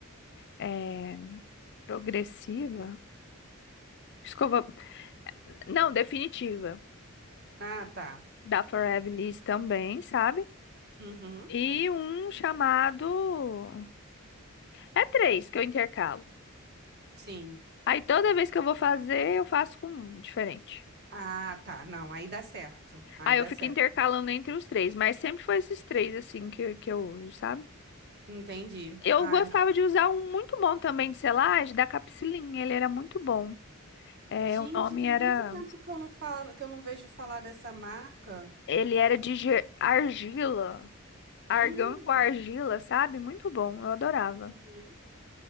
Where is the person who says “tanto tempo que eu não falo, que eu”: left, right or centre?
Right